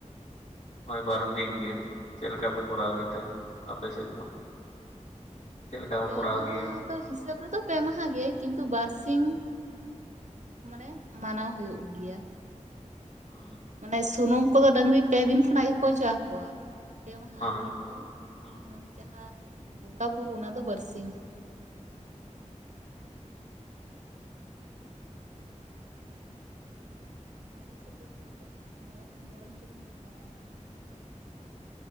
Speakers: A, on the left; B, on the right.
A: ᱳᱭ ᱵᱟᱨ ᱫᱤᱱ ᱜᱮ ᱪᱮᱫ ᱞᱮᱠᱟ ᱯᱮ ᱠᱚᱨᱟᱣ ᱜᱮᱛᱮ ᱟᱯᱮ ᱥᱮᱫ ᱫᱚ? <inaudible> ᱞᱮᱠᱟ ᱠᱚ
B: ᱯᱮ
A: ᱠᱚᱨᱟᱣ
B: ᱢᱟᱦᱟ
A: ᱜᱮᱭᱟ
B: ᱫᱚ ᱦᱤᱥᱟᱹᱵᱽ ᱨᱮᱫᱚ ᱯᱮ ᱢᱟᱦᱟ ᱜᱮ ᱠᱤᱱᱛᱩ ᱵᱟᱨ ᱥᱤᱧ᱾ ᱢᱟᱱᱮ ᱢᱟᱱᱟᱣ ᱦᱩᱭᱩᱜ ᱜᱮᱭᱟ᱾
A: ᱦᱩᱸ
B: ᱢᱟᱱᱮ ᱥᱩᱱᱩᱢ ᱠᱚᱫᱚ ᱰᱟᱹᱝᱨᱤ ᱯᱮ ᱫᱤᱱ ᱠᱷᱚᱱᱟᱜ ᱜᱮᱠᱚ ᱚᱡᱚᱜ ᱟᱠᱚᱣᱟ᱾ ᱯᱮ ᱢᱟᱦᱟ
A: ᱦᱳᱭ
B: ᱠᱤᱱᱛᱩ
A: ᱦᱩᱸ
B: ᱢᱟᱱᱮ ᱡᱟᱦᱟᱸ ᱵᱚᱸᱜᱟ ᱵᱩᱨᱩ ᱚᱱᱟ ᱫᱚ ᱵᱟᱨᱥᱤᱧ᱾ ᱟᱯᱮ ᱥᱮᱫ ᱫᱚ ᱪᱮᱫ-ᱠᱟ ᱢᱚᱬᱮ ᱥᱤᱧ ᱢᱚᱬᱮ ᱧᱤᱫᱟᱹ ᱠᱚ ᱢᱟᱱᱟᱣᱟ ᱥᱮ? ᱪᱮᱫ